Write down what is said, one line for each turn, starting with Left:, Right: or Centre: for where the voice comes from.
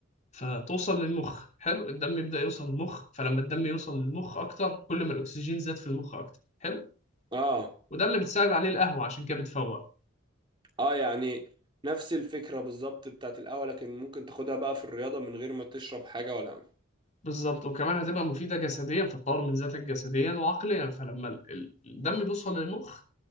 Left: فتوصل للمخ حلو الدم يبدأ يوصل للمخ فلما الدم يوصل للمخ اكتر كل ما الاكسجين زاد في المخ اكتر حلو
Right: اه
Left: وده اللي بتساعد عليه القهوة عشان كده بتفوق
Right: اه يعني نفس الفكرة بالظبط بتاعت القهوة لكن ممكن تاخدها بقى في الرياضة من غير ما تشرب حاجة ولا
Left: بالظبط وكمان هتبقى مفيدة جسديا فتطور من ذاتك جسديا وعقليا فلما ال- ال- الدم بيوصل للمخ